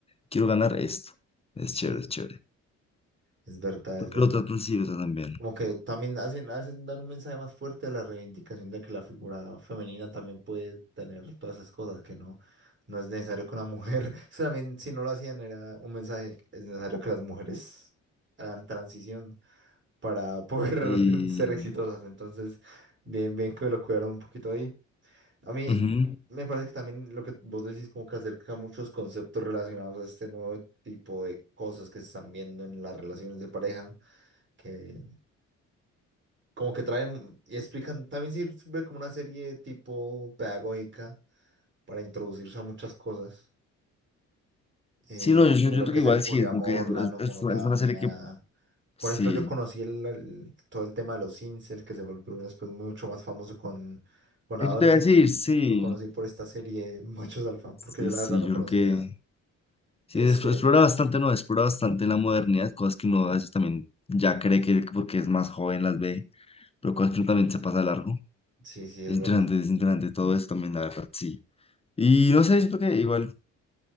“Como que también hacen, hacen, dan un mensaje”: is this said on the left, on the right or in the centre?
Right